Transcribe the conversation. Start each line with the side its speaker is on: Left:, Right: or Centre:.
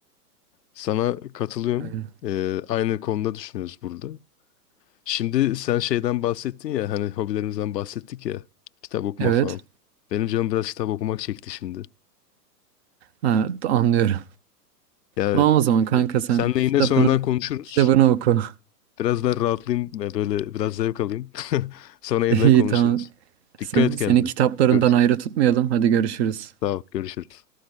Left: Sana katılıyorum.
Right: Yani,
Left: Ee, aynı konuda düşünüyoruz burada. Şimdi sen şeyden bahsettin ya hani hobilerimizden bahsettik ya kitap okuma
Right: Evet
Left: falan. Benim canım biraz kitap okumak çekti şimdi.
Right: ha, anlıyorum.
Left: Ya
Right: Tamam o zaman kanka
Left: e,
Right: sen
Left: senle yine
Right: kitabını
Left: sonradan konuşuruz.
Right: kitabını oku.
Left: Biraz daha rahatlayayım ve böyle biraz zevk alayım. <laughs> Sonra yeniden
Right: <laughs> İyi
Left: konuşuruz.
Right: tamam. Sen,
Left: Dikkat et
Right: seni
Left: kendine.
Right: kitaplarından
Left: Görüşürüz.
Right: ayrı tutmayalım. Hadi görüşürüz.
Left: Sağ ol. Görüşürüz.